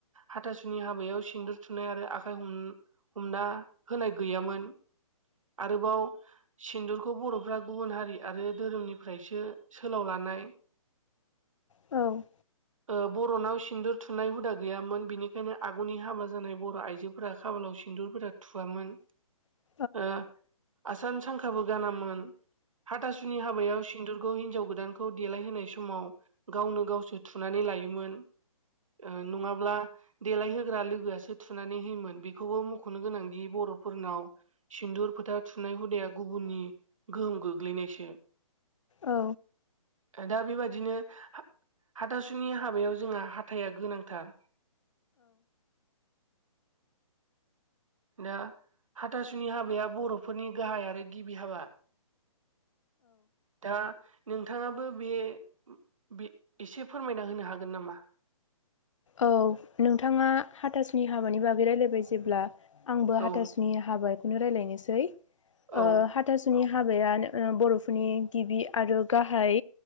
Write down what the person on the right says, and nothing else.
हाथासुनि हाबायाव सिन्दुर थुनाय आरो आखाइ हम हमना होनाय गैयामोन आरोबाव सिन्दुरखौ बर'फ्रा गुबुन हारि आरो धोरोमनिफ्रायसो सोलाव लानाय
ओ बर'नाव सिन्दुर थुनाय हुदा गैयामोन बिनिखायनो आगुनि हाबा जानाय बर' आइजो फोरा खाफालाव सिन्दुरफोरा थुवामोन
ओ आसान सांखाबो गानामोन हाथासुनि हाबायाव सिन्दुर गौ हिनजाव गोदानखौ देलायहोनाय समाव गावनो गावसो थुनानै लायोमोन। ओ नङाब्ला देलाय होग्रा लोगोआसो थुनानै होयोमोन बेखौबो मख'नो गोनांदि बर'फोरनाव सिन्दुर फोथा थुनाय हुदाया गुबुननि गोहोम गोग्लैनायसो
दा बेबादिनो हा-हाथासुनि हाबायाव जोंहा हाथाया गोनांथार। दा हाथासुनि हाबाया बर'फोरनि गाहाय आरो गिबि हाबा। दा नोंथाङाबो बे बि एसे फोरमायना होनो हागोन नामा?
औ
औ